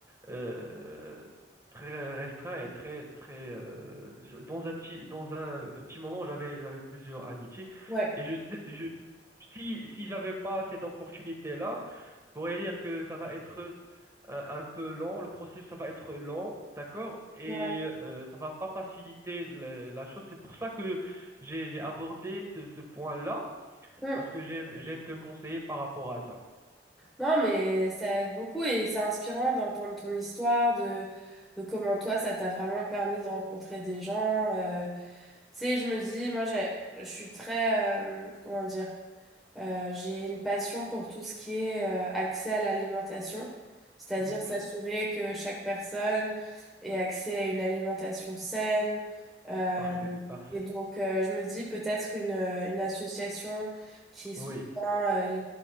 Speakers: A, on the right (about 15°); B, in the centre.
A: euh, très restreint et très très euh, je- dans un petit dans un, un petit moment j'avais j'avais plusieurs amitiés
B: ouais.
A: et je sais- je si si j'avais pas cette opportunité-là, je pourrais dire que ça va être euh, un peu lent, le processus ça va être lent, d'accord? Et
B: ouais.
A: euh, ça va pas faciliter le- la chose. C'est pour ça que j'ai j'ai abordé ce, ce point-là
B: Mm.
A: parce que j'aime j'aime te conseiller par rapport à ça.
B: Non, mais ça aide beaucoup et c'est inspirant d'entendre ton histoire, de, de comment toi, ça t'a vraiment permis de rencontrer des gens. euh. tu sais, je me dis, moi, j'ai, je suis très, euh, comment dire? Euh, j'ai une passion pour tout ce qui est euh, accès à l'alimentation, c'est-à-dire
A: Mhm.
B: s'assurer que chaque personne ait accès à une alimentation saine. Euh,
A: Parfait, parfait.
B: et donc, euh, je me dis peut-être une, euh, une association qui
A: Oui.
B: soutient euh,